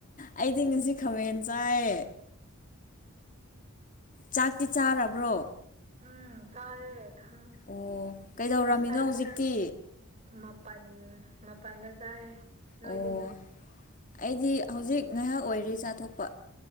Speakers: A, on the left; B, on the right.
A: ꯑꯩꯗꯤ ꯉꯁꯤ ꯈꯥꯃꯦꯟ ꯆꯥꯏ ꯆꯥꯛꯇꯤ ꯆꯥꯔꯕ꯭ꯔꯣ
B: ꯎꯝ ꯆꯥꯔꯦ ꯈ
A: ꯑꯣ ꯀꯩꯗꯧꯔꯝꯃꯤꯅꯣ
B: ꯉꯁꯥꯏꯕꯨꯡ
A: ꯍꯧꯖꯤꯛꯇꯤ
B: ꯃꯄꯜ ꯃꯄꯥꯟꯗ ꯆꯥꯏ ꯅꯣꯏꯗꯤ
A: ꯑꯣ ꯑꯩꯗꯤ ꯍꯧꯖꯤꯛ ꯉꯥꯏꯍꯥꯛ ꯑꯣꯏꯔꯤ ꯆꯥꯊꯣꯛꯄ